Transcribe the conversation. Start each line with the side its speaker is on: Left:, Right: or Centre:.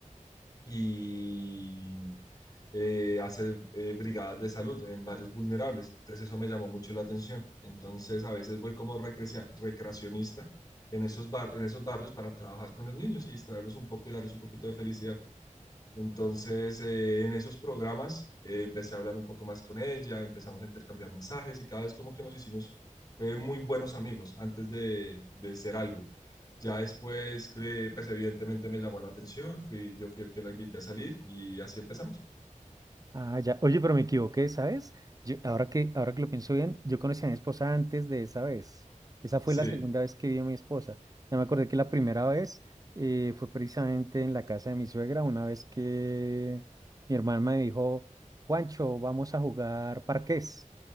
Left: y eh, hace eh, brigadas de salud en varios vulnerables. Entonces eso me llamó mucho la atención. Entonces a veces voy como recrecia- recreacionista en esos, bar- en esos barrios para trabajar con los niños y distraerlos un poco y darles un poquito de felicidad. Entonces eh, en esos programas eh, empecé a hablar un poco más con ella, empezamos a intercambiar mensajes y cada vez como que nos hicimos eh, muy buenos amigos antes de, de ser algo. Ya después, cre- pues evidentemente me llamó la atención, fui, yo fui el que la invité a salir y así empezamos.
Right: Ah, ya. Oye, pero me equivoqué, ¿sabes? Yo- ahora que, ahora que lo pienso bien, yo conocí a mi esposa antes de esa vez. Esa fue
Left: Sí.
Right: la segunda vez que vi a mi esposa. Ya me acordé que la primera vez eh, fue precisamente en la casa de mi suegra, una vez que mi hermana me dijo, Juancho, vamos a jugar parqués.